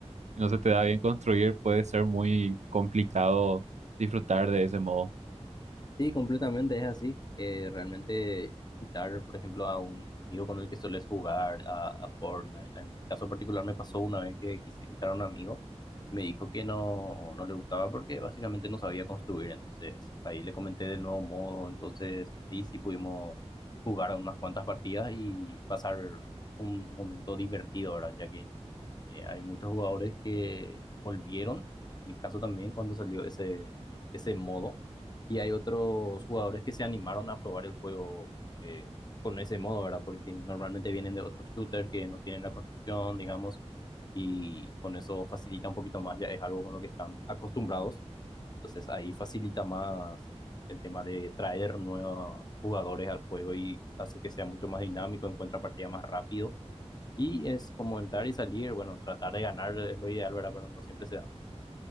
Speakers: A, on the right; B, on the left.
A: si no se te da bien construir, puede ser muy complicado disfrutar de ese modo.
B: Sí, completamente es así. Eh, realmente invitar, por ejemplo, a un amigo con el que sueles jugar a, a Fortnite. En mi caso particular me pasó una vez que quise invitar a un amigo, me dijo que no, no le gustaba porque básicamente no sabía construir. Entonces ahí le comenté del nuevo modo, entonces ahí sí pudimos jugar unas cuantas partidas y pasar un momento divertido, ¿verdad? Ya que eh, hay muchos jugadores que volvieron, en mi caso también, cuando salió ese, ese modo y hay otros jugadores que se animaron a probar el juego eh, con ese modo, ¿verdad? Porque normalmente vienen de otros shooters que no tienen la construcción, digamos, y con eso facilita un poquito más, ya es algo con lo que están acostumbrados, entonces ahí facilita más el tema de traer nuevos jugadores al juego y hace que sea mucho más dinámico, encuentra partida más rápido y es como entrar y salir, bueno, tratar de ganar es lo ideal, ¿verdad? Pero no siempre se da.